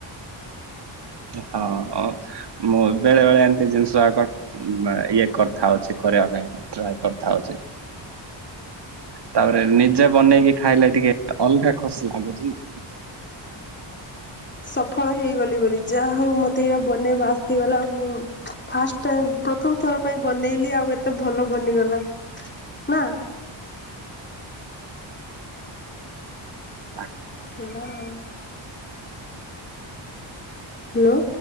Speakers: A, on the right; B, on the left.
A: ହଁ। ମୁଁ ବେଳେବେଳେ ଏମିତି ଜିନିଷ ଆକଟ ଇଏ କରିଥାଉଛି କରିବା ପାଇଁ ଟ୍ରାଏ କରିଥାଉଛି। ତାପରେ ନିଜେ ବନେଇକି ଖାଇଲେ ଟିକେ ଅଲଗା ଖୁସି ଲାଗୁଛି ନା।
B: ସଫଳ ହେଇଗଲି ବୋଲି ଯା ହଉ ମତେ ବନେଇବା ଆସିଗଲା। ମୁଁ ଫାଷ୍ଟ ଟାଇମ୍ ପ୍ରଥମ ଥର ପାଇଁ ବନେଇଲି ଆଉ ଏତେ ଭଲ ବନିଗଲା ନାଁ?
A: ଲାଗୁଚି।
B: ଭଲ ଆଉ। ହାଲୋ।